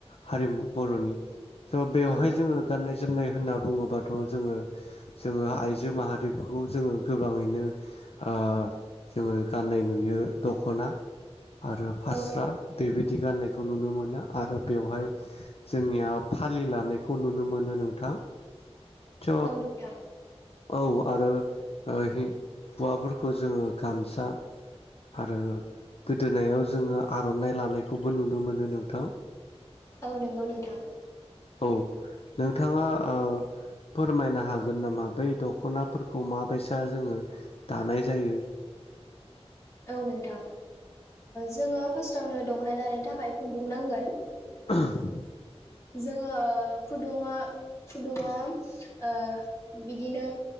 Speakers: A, on the left; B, on the left.
A: हारिमु बर'नि स' बेवहाय
B: औ
A: जोङो गाननाय जोमनाय होनना बुङोबाथ' जोङो जोङो आइजो माहारिफोरखौ जोङो गोबाङैनो आं जोङो गाननाय नुयो दख'ना आरो फास्रा
B: औ
A: बेबायदि गाननायखौ नुनो मोनो आरो बेवहाय जोंनिया फालि लानायखौ नुनो मोनो नोंथां। थ'
B: औ नोंथां
A: औ आरो ओ हौवाफोरखौ जोङो गामसा आरो गोदोनायाव जोङो आर'नाइ लानायखौबो नुनो मोनो नोंथां।
B: औ नंगौ नोंथां।
A: औ नोंथाङा ओ फोरमायनो हागोन नामा बै दख'नाफोरखौ माबायसा जोङो दानाय जायो?
B: औ नोंथां जोङो फार्स्टआवनो दख'ना दानों थाखाय खुन्दुं नांगोन
A: <inaudible>
B: जोङो खुदुङा खुदुङा ओ बिदिनो